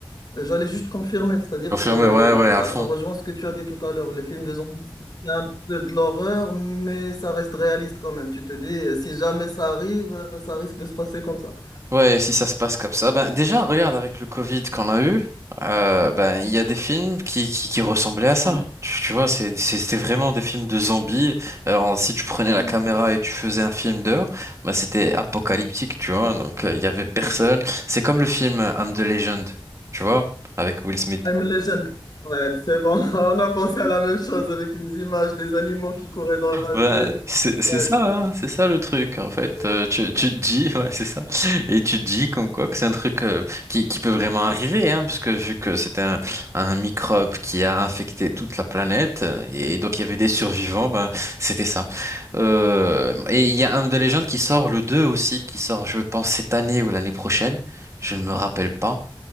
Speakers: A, on the left; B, on the right.
A: Euh, J'allais juste confirmer, c'est-à-dire
B: Confirmé,
A: que
B: ouais, ouais,
A: bah,
B: à fond.
A: ça rejoint ce que tu as dit tout à l'heure. Les films de zombies, c'est un peu de l'horreur, mais ça reste réaliste quand même. Tu te dis, euh, si jamais ça arrive, euh, ça risque de se passer comme ça.
B: Ouais, si ça se passe comme ça, ben déjà regarde avec le Covid qu'on a eu, euh, ben il y a des films qui qui, qui ressemblaient à ça.
A: <laughs>
B: Tu, tu vois, c'est c'est- c'était vraiment des films de zombies. Alors si tu prenais la
A: Ouais.
B: caméra et tu faisais un film d'heure, ben c'était apocalyptique, tu vois. Donc euh, il y avait personne. C'est comme le film euh, I'm the Legend, tu vois, avec Will Smith.
A: I'm Legend. Ouais, c'est bon. <laughs> On a pensé à la même chose avec les images des animaux qui couraient dans la
B: Bah,
A: ville.
B: c'est c'est
A: Ouais,
B: ça,
A: c'est
B: hein,
A: ça.
B: c'est ça le truc en fait.
A: C'est exactement
B: Euh, tu, tu
A: ça.
B: te dis, <laughs> ouais, c'est ça. Et tu te dis comme quoi que c'est un truc euh, qui, qui peut vraiment arriver, hein, parce que vu que c'était un, un microbe qui a infecté toute la planète, et donc il y avait des survivants, ben c'était ça. Euh, et il y a un de légende qui sort le 2 aussi, qui sort, je pense, cette année ou l'année prochaine, je ne me rappelle pas.